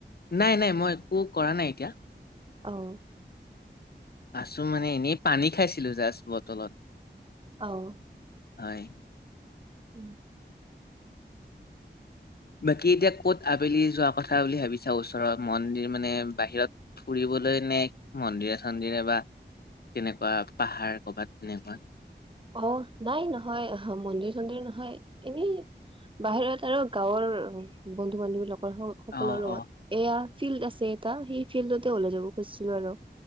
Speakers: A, on the left; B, on the right.
A: নাই, নাই, মই একো কৰা নাই এতিয়া।
B: অ'
A: আছোঁ মানে এনেই পানী খাইছিলো জাষ্ট বটলত
B: অ'
A: হয়
B: উম
A: বাকী এতিয়া ক'ত আবেলি যোৱা কথা বুলি ভাবিছা ওচৰৰত মন্দিৰ মানে বাহিৰত ফুৰিব বলৈ নে মন্দিৰে চন্দিৰে বা তেনেকুৱা পাহাৰ কৰবাত তেনেকুৱা?
B: অ', নাই নহয়, মন্দিৰ চন্দিৰ নহয়, এনেই বাহিৰত আৰু গাঁৱৰ বন্ধু বান্ধৱী লগ সকলৰ
A: অ
B: লগত।
A: অ
B: এয়া ফিল্ড আছে এটা সেই ফিল্ডতে ওলাই যাব খুজিছিলো আৰু